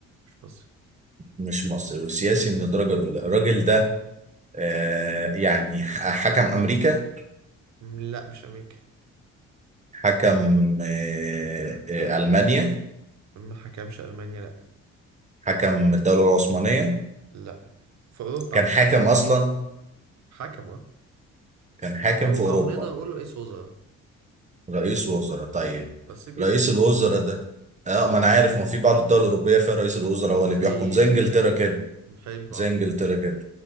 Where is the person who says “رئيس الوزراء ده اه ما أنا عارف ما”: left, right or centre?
Right